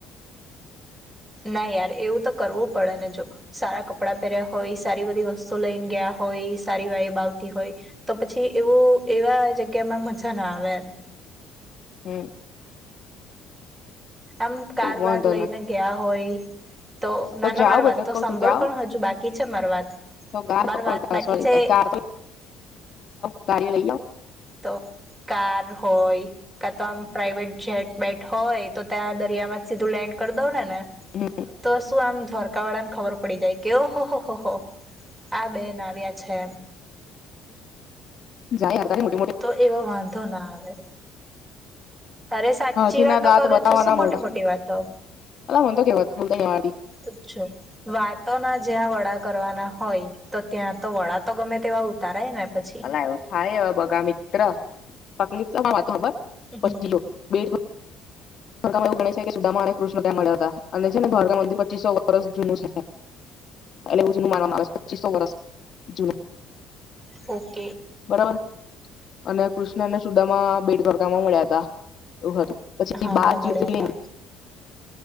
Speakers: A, on the right (about 15°); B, on the left (about 50°).
A: ના યાર એવું તો કરવું પડે ને જો સારા કપડાં પહેર્યા હોય સારી બધી વસ્તુ લઈને ગયા હોય સારી વાઈબ આવતી હોય તો પછી એવું એવા જગ્યામાં મજા ના આવે એમ.
B: હમ્મ.
A: આમ કાર
B: વાંધો
A: બાર લઈને
B: નઈ
A: ગયા હોય તો નાના
B: જાવ
A: મારી વાત
B: એટલે
A: તો
B: કઉ
A: સાંભળ
B: છું જાવ
A: પણ હજુ બાકી છે મારી વાત
B: તો ગાર
A: મારી વાત બાકી
B: સોરી
A: છે.
B: કાર તો <unintelligible> લઈ આવ
A: તો કાર હોય કા તો આમ પ્રાઈવેટ જેટ બેટ હોય તો ત્યાં દરિયામાં જ સીધું લેન્ડ કરી દઉ ને ને
B: હમ
A: તો શું આમ ધર કાવડાને ખબર પડી જાય કે ઓહ હો હો હો આ બેન આવ્યા છે.
B: <unintelligible>
A: તો એવો વાં ધો ના આવે. તારે સાચી
B: હાથી
A: વાતો
B: ના દાંત
A: કરું
B: બતાવવા
A: છું શું
B: ના
A: મોટી
B: મોડા
A: મોટી વાતો
B: અલ્લા મન તો કહેવત બોલતા નહીં આવડતી
A: <unintelligible> છ વાતો ના જ્યાં વળા કરવાના હોય તો ત્યાં તો વડા તો ગમે તેવા ઉતારાય ને પછી
B: અલા એવું થાય બગા મિત્ર તકલીફ <unintelligible> મારી વાત તો હામબણ
A: હમ
B: પછીલો બેડ તમે એવું ગણે છે કે સુદામા કૃષ્ણ ત્યાં મળ્યા હતા અને છે ને દ્વારકા મંદિર પચીસો વર્ષ જૂનું છે. એટ માનવામાં આવે છે પચીસો વર્ષ જ.
A: હા.
B: બરાબર અને કૃષ્ણને સુદામા બેટ દ્વારકામાં મળ્યા હતા. એવું હતું. પછી
A: હા
B: બાર
A: હા
B: જ્યોતિર્લિંગ
A: મળ્યા તા